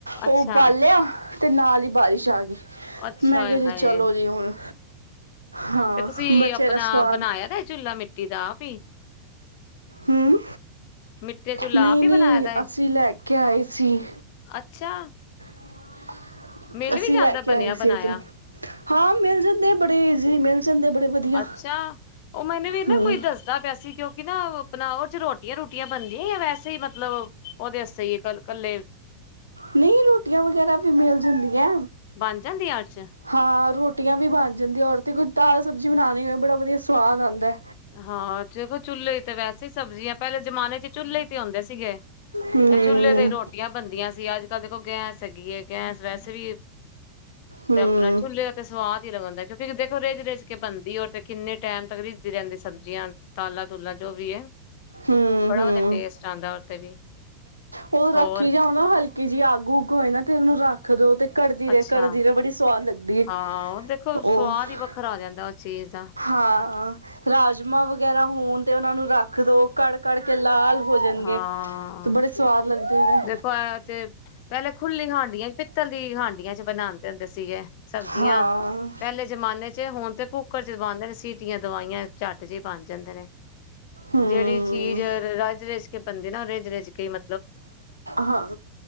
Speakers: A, on the left; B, on the right.
A: ਅੱਛਾ
B: ਉਹ ਬਾਲਿਆ ਅਤੇ ਨਾਲ ਹੀ ਬਾਰਿਸ਼ ਆ ਗਈ
A: ਅੱਛਾ
B: ਮੈਂ ਕਿਹਾ ਜੀ
A: ਹੈਾਏ
B: ਚਲੋ ਜੀ ਹੁਣ ਹਾਂ
A: ਤੇ ਤੁਸੀਂ
B: ਬੱਚੇ
A: ਆਪਣਾ
B: ਦਾ ਸਵਾਦ
A: ਬਣਾਇਆ ਦਾ ਚੁਲਾ ਮਿੱਟੀ ਦਾ ਆਪ ਹੀ
B: ਹਮ
A: ਮਿੱਟੀ ਦਾ ਚੁਲਾ
B: ਨਹੀਂ
A: ਆਪ ਹੀ
B: ਨਹੀਂ
A: ਬਣਾਇਆ ਦਾ ਹੈ
B: ਅਸੀਂ ਲੈ ਕੇ ਆਏ ਸੀ
A: ਅੱਛਾ
B: <unintelligible>
A: ਮਿਲ
B: ਅਸੀਂ
A: ਵੀ ਜਾਂਦਾ
B: ਲੈ ਕੇ
A: ਬਣਿਆ
B: ਆਏ
A: ਬਣਾਇਆ
B: ਸਤ ਨੂੰ ਹਾਂ ਮਿਲ ਜਾਂਦੇ ਬੜੇ ਜ਼ੀ ਮਿਲ ਜਾਂਦੇ ਬੜੇ ਵਧੀਆ
A: ਅੱਛਾ ਉਹ ਮੈਨੂੰ ਵੀ ਨਾ
B: ਹਮ
A: ਕੋਈ ਦੱਸਦਾ ਪਿਆ ਸੀ ਕਿਉਂਕਿ ਨਾ ਆਪਣਾ ਉਹ ਚ ਰੋਟੀਆਂ ਰੋਟੀ ੀਆਂ ਬਣਦੀਆਂ ਜਾਂ ਵੈਸੇ ਹੀ ਮਤਲਬ ਉਹਦੇ ਵਸਤੇ ਹੀ ਕ ਇਕੱਲੇ
B: ਨਹੀਂ ਰੋਟੀਆਂ ਵਗੈਰਾ ਵੀ ਮਿਲ ਜਾਂਦੀਆਂ
A: ਬਣ ਜਾਂਦੀਆਂ ਉਹ ਚ
B: ਹਾਂ ਰੋ ਰਟੀਆਂ ਵੀ ਬਣ ਜਾਂਦੀਆਂ ਔਰ ਤਾਂਤੇ ਕੋਈ ਦਾਲ ਸਬਜ਼ੀ ਬਣਾਉਣੀ ਹੋਵੇ ਬੜਾ ਵਧੀਆ ਸਵਾਦ ਆਉਂਦਾ
A: ਹਾਂ ਦੇਖੋ ਚੁੱਲ੍ਹੇ ਤੇ ਵੈਸੇ ਹੀ ਸਬਜ਼ੀਆਂ ਪਹਿਲੇ ਜਮਾਨੇ ਚ ਚੁੱਲ੍ਹੇ ਆਉਂਦੇ ਸੀਗੇ
B: ਹਮ
A: ਤੇ ਚੁੇ ਤੇ ਰੋਟੀਆਂ ਬਣਦੀਆਂ ਸੀ ਅੱਜ ਕੱਲ੍ਹ ਦੇਖੋ ਗੈਸ ਹੈਗੀ ਹੈ ਗੈਸ ਵੈਸੇ ਵੀ
B: ਹਮ
A: ਤੇ ਆਪਣਾ ਚੁਲੇੇ ਦਾ ਤੇ ਸਵਾਦ ਹੀ ਲੱਗਉਂਦਾ ਕਿਉਂਕਿ ਦੇਖੋ ਰਿੱਝ ਰਿੱਜ ਕੇ ਬਣਦੀ ਰ ਤੇ ਕਿੰਨੇ ਟਾਈਮ <unintelligible> ਰਹਿੰਦੀ ਸਬਜ਼ੀਆਂ ਤਾਲਾਂ ਤੂਲਾਂ ਜੋ ਵੀ ਹੈ
B: ਹਮ
A: ਬੜਾ
B: ਹਮ
A: ਵਧੀਆ ਟੇਸਟ ਆਉਂਦਾ ਉਹ ਤੇ ਵੀ
B: ਉਹ ਰੱਖੀ
A: ਹੋਰ
B: ਜਾ ਨਾ ਹਲਕੀ ਜਿਹੀ ਅੱਗ ਉੱਗ ਹੋਏ ਨਾ ਤੇਨੂੰ ਰੱਖ ਦਿੋ ਤੇ ਘਦੀ ਰਹ
A: ਅੱਛਾ
B: ਘਦੀ ਰਹ ਬੜੀ ਸਵਾਦ ਲਗਦੀ
A: ਹਾਂ ਉਹ ਦੇਖੋ
B: ਉਹ
A: ਸਵਾਦ
B: <unintelligible>
A: ਹੀ ਵੱਖਰਾ ਆ ਜਾਂਦਾ ਉਸ ਚੀਜ਼ ਦਾ
B: ਹਾਂ ਰਾਜਮਾਂ ਵਗੈਰਾ ਹੋਣ ਤੇ ਉਹਨਾ ਨੂੰ ਰੱਖ ਦੋ ਕੜ ਕੜ ਕੇ ਲਾਲ ਹੋ ਜਾਣਗੇ
A: ਹਾਂ
B: ਤੇ ਬੜੇ ਸਵਾਦ ਲੱਗਦੇ ਨੇ
A: ਦੇਖੋ ਤੇ ਪਹਿਲੇ ਖੁੱਲੀ ਹਾਂਡੀਆਂ ਚ ਪਿੱਤਲ ਦੀ ਹਾਂਡੀਆਂ ਚ ਬਣਾਉਂਦੇ ਹੁੰਦੇ ਸੀਗੇ ਸਬਜ਼ੀਆਂ
B: ਹਾਂ
A: ਪਹਿਲੇ ਜਮਾਨੇ ਚ ਹੁਣ ਤੇ ਕੂੱਕਰ ਚ ਦਵਾਉਂਦੇ ਨੇ ਸੀ ਚਿੱਟੀਆਂ ਦਵਾਈਆਂ ਚੱਟ ਜ ਬਣ ਜਾਂਦੇ ਨੇ
B: ਹਮ
A: ਜਿਹੜੀ ਚੀਜ਼ ਰਾਜ ਰ ਬਦੀ ਨਾ ਰ ਰਿਜ ਰਜ ਕੇ ਮ
B: ਹਾਂ